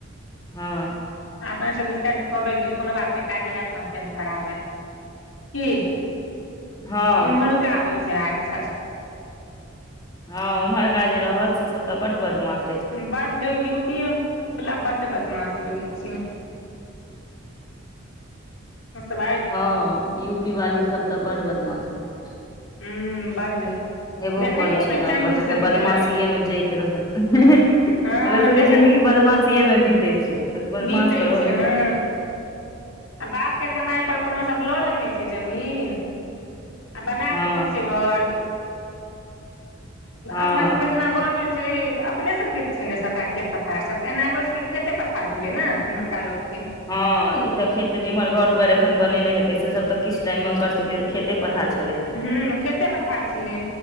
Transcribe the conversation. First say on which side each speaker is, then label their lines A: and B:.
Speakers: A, on the left (about 20°); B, on the left (about 85°).
A: हँ
B: अपनेसँ विस्तार कहबै जे कोनो बात नहि कारी हत तऽ हम पेंट करा लेब की
A: हँ
B: इम्हरका होइ छै राक्षस
A: हँ उम्हरका जे रहत से सब त बड बदमास
B: बड्ड यू पी वला बड्ड बदमाश रहै छी ह सब बा
A: हँ यू पी वाली सब तऽ बड बदमाश रहै छै
B: हूं बड्ड
A: हेबो
B: देखैये
A: करै छै
B: मे
A: ने
B: चंट
A: ओकर सबके
B: सनके
A: बदमाशीएमे
B: लागल
A: जाइत रहथि ओकर
B: हँ
A: सबके
B: देख
A: जिन्दगी बदमाशिएमे बीतै छै त बदमाश
B: बीतै
A: त रहबे
B: छै हँ
A: करतै
B: आ बाप के कमाइ पर कोनो सब लऽ लेने छै जमीन आ बना
A: हँ
B: देने छै घर
A: हँ
B: अपना सबके जेना गाँमे अपने सबके छै ने सभटा खेत पथार सब तऽ एना ओरो सबके खेते पथार भेलै ने एम्हरका लोकके
A: हँ ई तऽ खेत जे इम्हर घर दुआरि एखन बने हेतै से सब तऽ किछु टाइम मे ओकर सबके खेते पथार छले हे
B: हुँ खेते पथार छलै